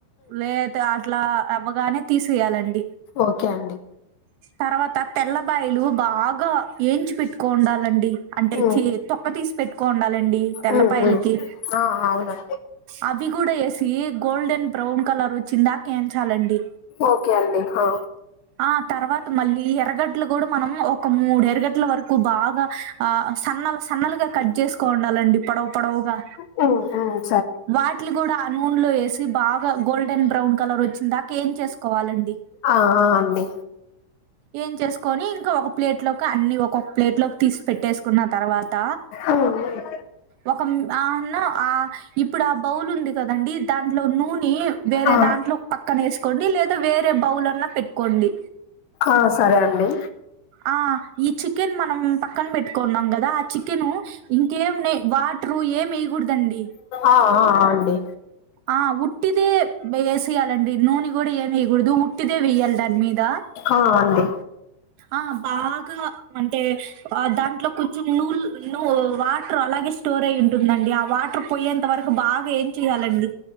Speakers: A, on the right; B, on the left.
A: లే అట్ల అవ్వగానే తీసివేయాలండి
B: ఓకే అండి
A: తర్వాత తెల్లబయలు బాగ ఎంచి పెట్టు ఉండాలండి అంటే
B: ఉమ్,
A: చి తొక్క తీసి పెట్టుకో ఉండాలండి తెల్లపాయలకి
B: ఉమ్, ఉమ్. ఆ అవునండి
A: అవి కూడా వేసి గోల్డెన్ బ్రౌన్ కలర్ వచ్చిందాక ఏంచ్ చలండి
B: ఓకే అండి ఆ
A: ఆ తర్వా మళ్ళీ ఎరగట్లు కూడా మనం ఒక మూడు ఎరగట్ల వరకు బాగా ఆ సన్నం సన్నలుగా కట్ చేసుకో ఉండాలండి పొడవు పొడవుగా
B: అవున
A: వాటిలు కూడా అనూన్లో వేసి బాగా గోల్డెన్ బ్రౌన్ కలర్ వచ్చిన్ దాక ఏన్ చేసుకోవాలండి
B: ఆహ అండి
A: ఏంచేసుకొని ఇంకా ఒక ప్లేట్ ట్లోకి అన్ని ఒకొక్క ప్లేట్ లోకి తీస్ పెట్టేసుకున్న తర్వాత
B: ఉమ్, ఉమ్.
A: ఒ కం ఆన్న ఆ ఇప్ ఇప్పుడు ఆ బౌల్ ఉంది కదండి దాంట్లో నూనీ వేరే
B: ఆ
A: దాంట్లో పక్కన వేసుకోండి లేదా వేరే బౌల్ అన్న పెట్టుకోండి
B: ఆ సరే అండి
A: ఆ ఈ చికెన్ మనం పక్కన పెట్టుకున్నాం కదా ఆ చికెన్ ఇం గేమ్ నే వాటరు ఏం వేయకూడదండి
B: ఆ ఆ అండీ
A: ఆ ఉట్టిదే వేసేయ్యాలండి నూనె కూడా ఏమి వేయకూడదు ఉట్టిదే వేయ్యాలి దాని మీద
B: ఆ అండి
A: ఆ బాగా అంటే ఆ దాంట్లో కొంచెం నూలు నూ వాటర్ అలాగే స్టోరే అయ్ ఉంటుందండి ఆ వాటర్ పోయేంత వరకు బాగా ఏం చెయ్యాలండి